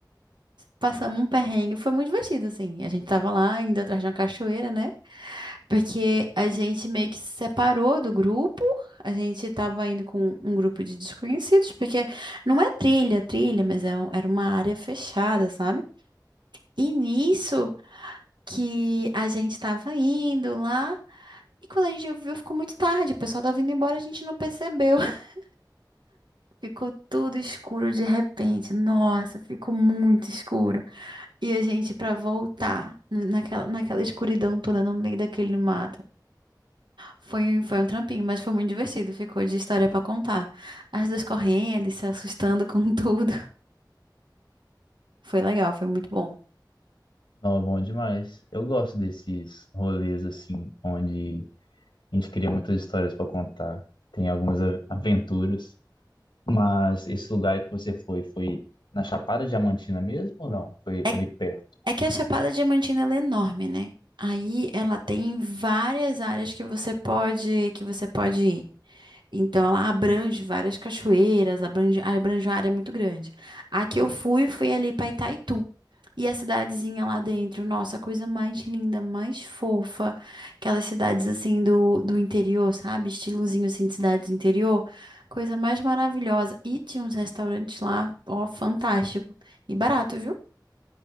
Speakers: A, on the right; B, on the left.
A: Passamos um perrengue, foi muito divertido, assim. A gente tava lá indo atrás de uma cachoeira, né? Porque a gente meio que se separou do grupo. A gente tava indo com um grupo de desconhecidos, porque não é trilha, trilha, mas é um- era uma área fechada, sabe? E nisso que a gente tava indo lá. E quando a gente viu, ficou muito tarde. O pessoal tava indo embora, a gente não percebeu. <laughs> Ficou tudo escuro de repente. Nossa, ficou muito escuro. E a gente, pra voltar n- naquela, naquela escuridão toda no meio daquele mato, foi, foi um trampinho, mas foi muito divertido. Ficou de história pra contar. As duas correndo e se assustando com <laughs> tudo. Foi legal, foi muito bom.
B: Não, é bom demais. Eu gosto desses rolês assim, onde A gente cria muitas histórias para contar, tem algumas a- aventuras. Mas esse lugar que você foi, foi na Chapada Diamantina mesmo ou não? Foi
A: É,
B: ali perto?
A: é que a Chapada Diamantina ela é enorme, né? Aí ela tem várias áreas que você pode, que você pode ir. Então, ela abrange várias cachoeiras, abrange, abrange uma área muito grande. A que eu fui foi ali para Itaitu. E a cidadezinha lá dentro, nossa, a coisa mais linda, mais fofa. Aquelas cidades assim do, do interior, sabe? Estilozinho assim de cidade do interior. Coisa mais maravilhosa. E tinha uns restaurantes lá, ó, fantástico. E barato, viu?